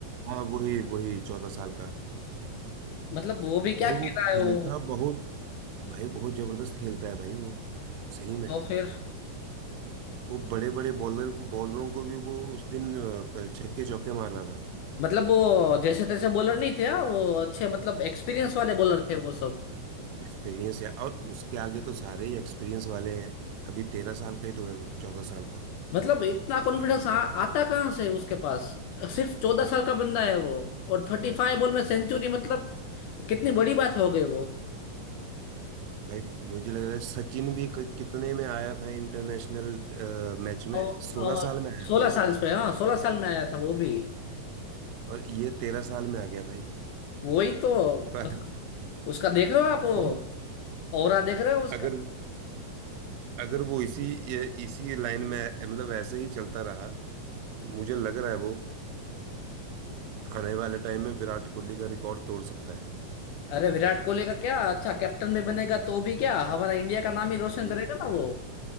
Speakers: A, on the right (about 80°); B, on the left (about 80°).
A: हाँ वही वही चौदह साल का
B: मतलब वो भी क्या
A: भाई वो
B: खेला
A: खेलता
B: है वो
A: बहुत भाई बहुत जबरदस्त खेलता है भाई वो सही में
B: तो फिर
A: वो बड़े बड़े बॉलर बॉलरों को भी वो उस दिन अ, छक्के चौके मार रहा था
B: मतलब वो जैसे तैसे बॉलर नहीं थे हाँ, वो अच्छे मतलब एक्सपीरियंस वाले बॉलर थे वो सब
A: एक्सपीरियंस है और उसके आगे तो सारे ही एक्सपीरियंस वाले हैं अभी तेरह साल का ही तो है वो चौदह साल का
B: मतलब इतना कॉन्फिडेंस आ, आता कहाँ से उसके पास सिर्फ चौदह साल का बंदा है वो और थर्टी फाइव बॉल में सेंचुरी मतलब कितनी बड़ी बात हो गई वो
A: भाई मुझे लग रहा है सचिन भी क- कितने में आया था इंटरनेशनल मैच में
B: और
A: सोलह साल में आया
B: सोलह
A: था
B: साल
A: ना
B: पे हाँ सोलह साल में आया था वो भी
A: और ये तेरह साल में आ गया भाई
B: वही तो
A: <laughs> अरे,
B: मतलब उसका देख रहे हो आप वो
A: बहुत
B: ऑरा देख रहे हो उसका
A: अगर अगर वो इसी ये- इसी लाइन में मतलब ऐसे ही चलता रहा तो मुझे लग रहा है वो आने वाले टाइम में विराट कोहली का रिकॉर्ड तोड़ सकता है
B: अरे विराट कोहली का क्या अच्छा कैप्टन भी बनेगा तो भी क्या हमारा इंडिया का नाम ही रोशन
A: हम्म।
B: करेगा ना वो